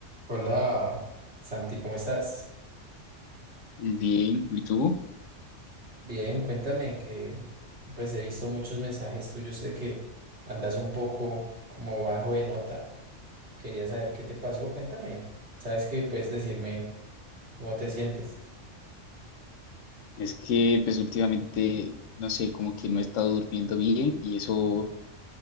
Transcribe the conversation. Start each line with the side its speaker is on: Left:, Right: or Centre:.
Right: Hola, Santi, ¿cómo estás?
Left: Bien, ¿y tú?
Right: Bien, cuéntame que pues he visto muchos mensajes tuyos de que andas un poco como bajo de nota. Quería saber qué te pasó, cuéntame. ¿Sabes que puedes decirme cómo te sientes?
Left: Es que pues últimamente, no sé, como que no he estado durmiendo bien y eso